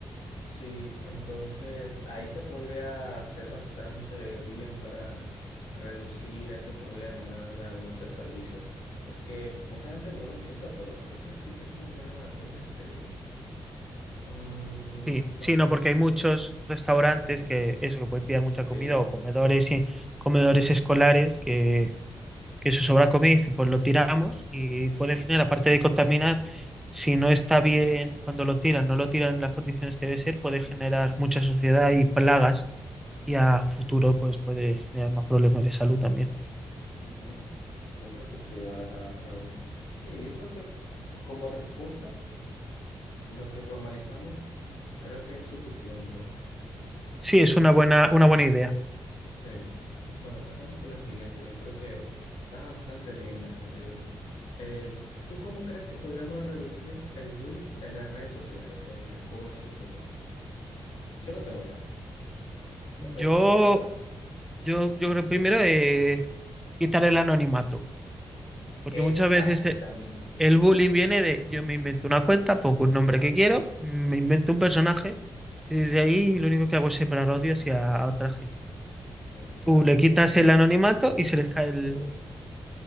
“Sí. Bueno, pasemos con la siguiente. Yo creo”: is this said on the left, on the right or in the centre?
Left